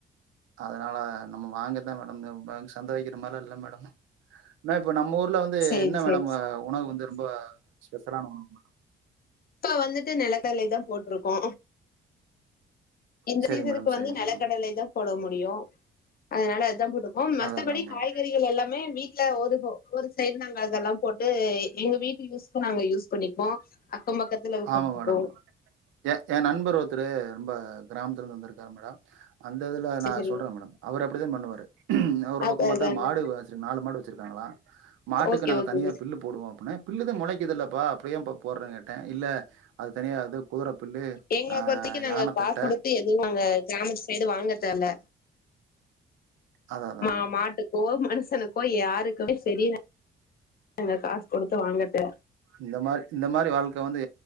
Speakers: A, on the right; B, on the left.
A: அதனால நம்ம வாங்கரதா மேடம் சந்த வகக்கிற மாரிலா இல்ல மேடம் மேம் இப்ப நம்ம ஊர்ல வந்து
B: சரி
A: என்ன
B: சரி
A: மேடம் உணவு வந்து ரொம்ப ஸ்பெஷலான உணவு
B: இப்ப வந்துட்டு நெலக்கடலை தா போட் ருக்கோ இந்த
A: சரிங்க
B: சீசனுக்கு
A: மேடம் சரிங்க
B: வந்து நெலக்கடலை
A: மேடம்
B: தா போட முடியு அதனால அதுதா போட்ருக்கோ மத்தபடி
A: அதா அதா மேடம்
B: காய்கறி களெல்லாமே வீட்ல ஒரு ஒரு சைடு நாங்க அதெல்லா போட்டு எங்க வீட்டு யூஸ்க்கு நாங்க யூஸ் பண்ணிப்போ அக்கம் பக்கத்துல குடுத்துப்போம்.
A: ஆமா மேடம் ஏ ஏ நண்பர் ஒருத்தரு ரொம்ப கிராமத்துல இருந்து வந்திருக்காரு மேடம் அந்ததுல
B: சரி
A: நா
B: சரிங்க.
A: சொல்றே மேடம் அவரு அப்டிதா பண்ணுவாரு அவரு
B: அது
A: பக்கோ
B: அதாங்க.
A: பாத்தா மாடு வச் நாலு மாடு வச்சிருக்காங்களா மாட்டுக்கு
B: ஓகே
A: நாங்க
B: ஓகேங்க.
A: தனியா பில்லு போடுவோ அப்டினு பில்லு தா மொளைக்குதுல்லப்பா அப்பறோ ஏப்பா போடுறனு கேட்டே இல்ல அது தனியா அது குதிர புல்லு
B: எங்கள
A: ஆ
B: பொறத்த வரைக்கு நாங்க
A: யான
B: காசு
A: தட்ட
B: கொடுத்து எதுவும் அங்க கிராமத்து சைடு வாங்கத் தேவல்ல
A: அதா அதா
B: ஆ
A: மேடம்
B: மாட்டு ஓ மனுஷனுக்கோ யாருக்குமே சேரி நாங்க காசு கொடுத்து வாங்கதுல்ல
A: இந்த மாரி இந்த மாரி வாழ்க்க வந்து